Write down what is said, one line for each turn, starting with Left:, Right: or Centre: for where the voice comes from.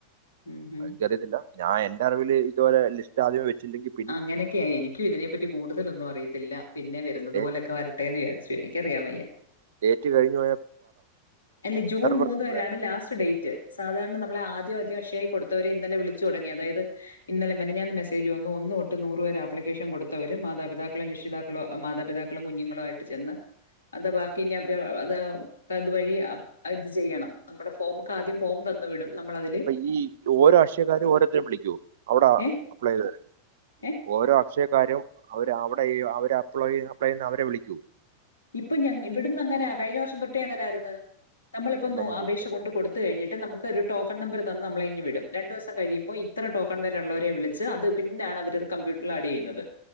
Left: ഉം ഹും.
Right: എനിക്കറിയത്തില്ല ഞാൻ എന്റെ അറിവിൽ ഇതുപോല ലിസ്റ്റ് ദ്യമ വച്ചില്ലങ്കിൽ
Left: അങ്ങനെയോക്ക്യാ എനിക്കും ഇതിനെപ്പറ്റി കൂടുതലൊന്നും അറിയത്തില്ലാ പിന്നെ വെരുന്നത്
Right: ഡേറ്റ്
Left: പോലൊക്ക്യയേ വേരട്ടേന്ന് വിചാരിച്ച് എനിക്കറിയാൻ വയ്യാ
Right: ടേറ്റ് കഴിഞ്ഞേ
Left: അല്ലാ ജൂൺ മൂന്ന്
Right: പ്രശ്നം
Left: വേരെയാണ് ലാസ്റ്റ് ഡേറ്റ് സാധാരണ നമ്മളെ ആദ്യ ആദ്യം ആദ്യം അക്ഷയായി കൊടുത്താവേരെ ഇന്നലെ വിളിച്ച് തൊടങ്ങിയത് അതായത് ഇന്നാലെ മെനാഞ്ഞാന്ന് മസ്സേജ് വന്ന് ഒന്ന് തോട്ട് നൂറ് വേരെ ആപ്ലിക്കേഷൻ കൊടുത്താവര് മാതാപിതാക്കളും രക്ഷിതാക്കളും മാതാപിതാക്കളും കുഞ്ഞങ്ങളും ആയിട്ട് ചെന്ന് അത് ബാക്കിന്ന്യാ അവരെ അത് അത് വഴി ഇത് ചെയ്യണം നമ്മടെ ഫോമാക്ക് ആദ്യം ഫോം തന്നു വിടും നമ്മൾ അതിൽ
Right: അപ്പൊ ഈ ഓരോ അക്ഷയക്കാരും ഓരോരുത്തരം വിളിക്കോ അവിടെ
Left: ഏഹ്
Right: അപ്ലൈ ചെയ്ത് വരെ
Left: ഏഹ്
Right: ഓരോ അക്ഷയാ കാരും അവര് അവടെ ഈ അവര് അപ്ല അപ്ലെ ചെയ്യന്ന് അവരെ വിളിക്കോ
Left: ഇപ്പൊ ഞ ഇവടുന്ന് അങ്ങനൊ കഴിഞ്ഞ വർഷം തൊട്ട് അങ്ങനൊയാര്ന്ന് നമ്മളിപ്പൊ
Right: അതല്ല
Left: നേ
Right: ഞാൻ
Left: അപേക്ഷ
Right: ചോദിച്ചേ
Left: കൊണ്ട് കൊട് കഴിഞ്ഞിട്ട് നമ്മക്ക് ഒര് ടോക്കൺ നമ്പർ തന്ന് നമ്മളേ ഇങ്ങ് വിടും രണ്ട് ദിവസം കയിമ്പോ ഇത്ര ടോക്കൺ വെരേ ഒള്ളവരെ വിളി ച്ച് അത് പിന്നെയാണ് അവര് അത് കമ്പ്യൂട്ടറിൽ ആഡ് ചെയ്യ്ന്നാത്